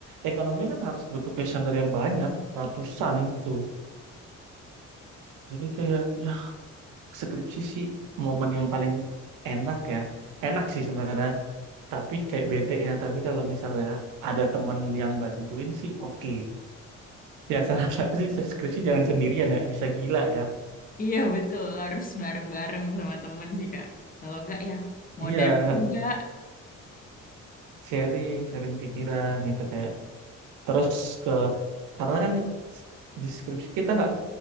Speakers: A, on the right; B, on the left.
A: ekonomi kan harus butuh kuesioner yang banyak, ratusan tuh. Jadi kayak, ya skripsi sih momen yang paling enak ya. Enak sih sebenarnya, tapi kayak bete-nya. Tapi kalau misalnya ada temen yang bantuin sih oke. Ya <laughs> salah satu sih skripsi jangan sendirian ya, bisa gila ya.
B: Iya, betul. Harus bareng-bareng sama temen sih Kak. Kalau enggak ya modar
A: Iya,
B: juga.
A: sharing, sharing pikiran gitu kayak terus ke karena kan di skripsi kita nggak